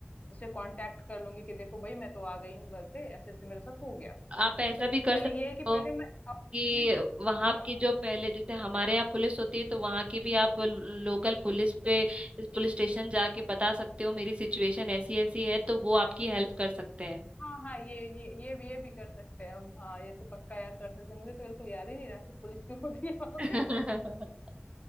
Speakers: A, on the left; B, on the right.
A: उसे कॉन्टैक्ट कर लूंगी कि देखो भाई मैं तो आ गई हूँ घर पे ऐसे ऐसे मेरे साथ हो गया
B: आप ऐसा भी कर
A: पहले
B: सकते
A: ये है कि पहले
B: हो
A: मैं
B: कि
A: पहले
B: वहां
A: हाँ
B: की
A: हाँ
B: जो पहले जैसे हमारे यहाँ पुलिस होती है तो वहां की भी आप लोकल पुलिस पे पुलिस स्टेशन जाके बता सकते हो मेरी सिचुएशन ऐसी ऐसी है तो वो आपकी हेल्प कर सकते हैं
A: हाँ हाँ ये ये ये भी ये भी कर सकते हैं हम हाँ ये तो पक्का यार कर सकते हैं मुझे तो बिल्कुल याद ही नहीं रहा कि पुलिस भी होती है वहां
B: <laughs>
A: पे